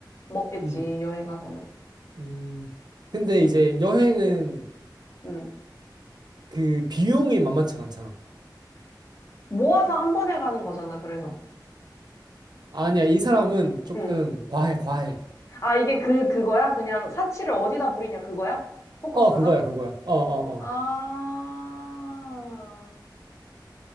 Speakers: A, on the left (about 40°); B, on the right (about 65°).
A: 먹겠지,
B: 음,
A: 여행 가서는.
B: 음. 근데 이제 여행은
A: 응.
B: 그 비용이 만만치가 않잖아.
A: 모아서 한 번에 가는 거잖아, 그래서.
B: 아니야, 이 사람은 조금
A: 응.
B: 과해, 과해.
A: 아, 이게 그, 그거야? 그냥 사치를 어디다 부리냐, 그거야? 포커스가?
B: 어, 그거야, 그거야. 어, 어, 어.
A: 아,